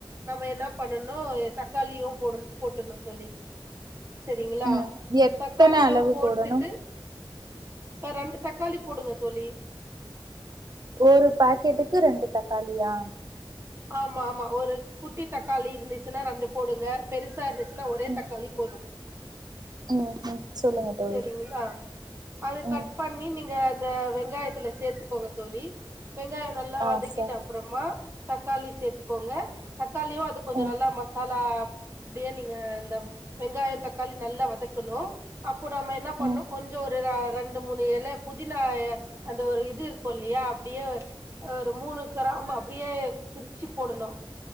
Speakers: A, on the right (about 30°); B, on the right (about 45°).
A: நம்ம என்ன பண்ணணும் தக்காளியும் போட போட்டணும் தோழி சரிங்களா
B: ம் எத்தன
A: தக்காளியு
B: அளவு
A: போட்டுட்டு
B: போடணும்
A: இப்ப ரெண்டு தக்காளி போடுங்க தோழி
B: ஒரு பாக்கெட்டுக்கு ரெண்டு தக்காளியா
A: ஆமா ஆமா ஒரு குட்டி தக்காளி இருந்துச்சுன்னா ரெண்டு போடுங்க பெருசா இருந்துச்சு இல்ல ஒரே
B: ம்
A: தக்காளி போதும்
B: ம் ம் சொல்லுங்க தோழி
A: சரிங்களா அது கட்
B: ம்
A: பண்ணி நீங்க இந்த வெங்காயத்துல சேத்துக்கோங்க தோழி வெங்காயம் நல்லா
B: ஆ
A: வதக்கிட்டு
B: சரி
A: அப்பறமா தக்காளி சேர்த்துக்கோங்க தக்காளியு அது கொஞ்ச
B: ம்
A: நல்லா மசாலா அடிய நீங்க இந்த வெங்காயம் தக்காளி நல்லா வதக்கணும் இ நம்ம என்ன பண்ணும்
B: ம்
A: கொஞ்சம் ஒரு ரெண்டு மூணு ஏழு பூ இல அந்த ஒரு இது இருக்கும் இல்லயா அப்டியே ஒரு மூணு கிராம் அப்டியே பிரிச்சு போடணும்